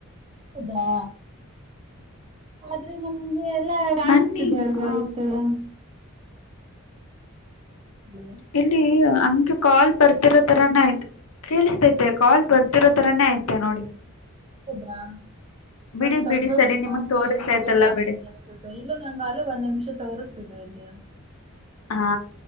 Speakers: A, on the right; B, on the left.
A: ಹೌದಾ ಆದ್ರೆ ನಮ್ಗೆ ಎಲ್ಲಾ ಕಾಣಿಸ್ತಿದೆ
B: ಬನ್ನಿ
A: ಅಲ್ವಾ
B: ಆ,
A: ಇ ತರಾ ಹಲೋ
B: ಇಲ್ಲಿ ಹಂಗೆ ಕಾಲ್ ಬರ್ ತಿರೋ ತರಾನೇ ಆಯ್ತ್ ಕೇಳಿಸ್ತೈತೆ ಕಾಲ್ ಬರ್ತಿರೋ ತರಾನೇ ಐತೆ ನೋಡಿ
A: ಹೌದಾ
B: ಬಿಡಿ
A: ಸ್ವಲ್ಪೊತ್ತಗ
B: ಬಿಡಿ ಸರಿ ನಿಮಗ್
A: ಮೋಸ್ಟಲಿ
B: ತೋರಿಸ್ತೈತಲ್ಲ
A: ಇರಿ ರಿಫ್ರೆಶ್ ಆಗ್ಲಿ
B: ಬಿಡಿ
A: ಇಲ್ಲ ನಂಗ್ಗ ಅಲೇ ಒಂದ್ ನಿಮಿಷ ತೋರಿಸ್ತಿದೆ ಇಲ್ಲಿ
B: ಹಾ